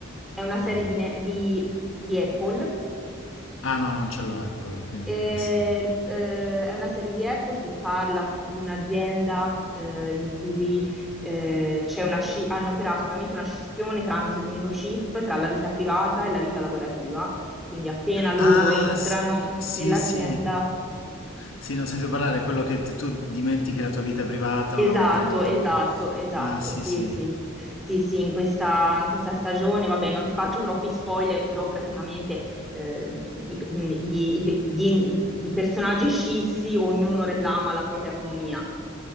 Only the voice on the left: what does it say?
però.
Ah no, non ce l'ho Apple, quindi
questo non.
Ah,
s- sì,
sì. Sì, non ho sentito parlare, è quello che t- tu dimentichi la tua vita privata
una volta entri.
Ah, sì,
sì.